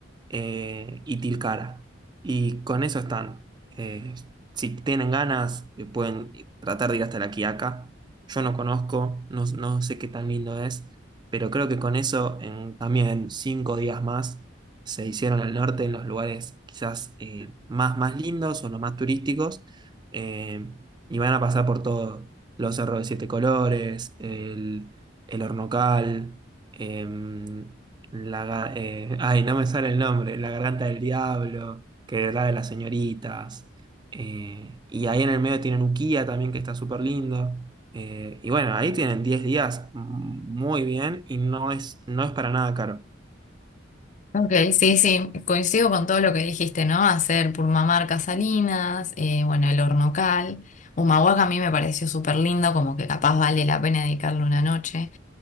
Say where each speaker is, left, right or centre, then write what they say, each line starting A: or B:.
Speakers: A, on the right; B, on the left.
A: eh, y Tilcara. Y con eso están. Eh, si tienen ganas, eh, pueden tratar de ir hasta La Quiaca. Yo no conozco, no, no sé qué tan lindo es, pero creo que con eso, en también cinco días más, se hicieron al norte en los lugares quizás eh, más, más lindos o los más turísticos. eh, y van a pasar por todo, los cerros de siete colores, el, el Hornocal, em, la, ga- eh, ay, no me sale el nombre, La Garganta del Diablo, que era de las señoritas. eh, y ahí en el medio tienen Ukiah también, que está súper lindo. eh, y bueno, ahí tienen 10 días mm, muy bien y no es, no es para nada caro.
B: Ok, sí, sí, coincido con todo lo que dijiste, ¿no? Hacer Purmamarca Salinas, eh, bueno, el Hornocal, Humahuaca a mí me pareció súper lindo, como que capaz vale la pena dedicarle una noche.